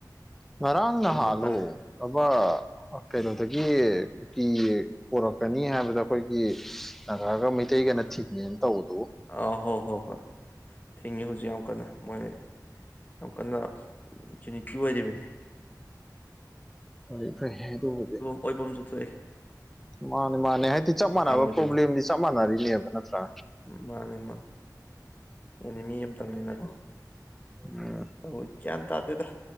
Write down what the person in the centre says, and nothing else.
ꯉꯔꯥꯡ ꯅꯍꯂꯣ
ꯑꯃꯥ ꯀꯩꯅꯣꯗꯒꯤ ꯀꯨꯀꯤ ꯄꯣꯔꯛꯀꯅꯤ ꯍꯥꯏꯕꯗꯣ ꯑꯩꯈꯣꯏꯒꯤ ꯅꯉꯑꯒ ꯃꯩꯇꯩꯒꯅ ꯊꯤꯡꯉꯦꯅ ꯇꯧꯕꯗꯨ
ꯍꯣꯏ ꯐꯔꯦ ꯍꯦ ꯑꯗꯨꯗꯤ
ꯃꯥꯅꯦ ꯃꯥꯅꯦ ꯍꯥꯏꯗꯤ ꯆꯞ ꯃꯥꯟꯅꯕ
ꯄ꯭ꯔꯣꯕ꯭ꯂꯦꯝꯗꯤ ꯆꯞ ꯃꯥꯟꯅꯔꯤꯅꯦꯕ ꯅꯠꯇ꯭ꯔꯥ
ꯎꯝ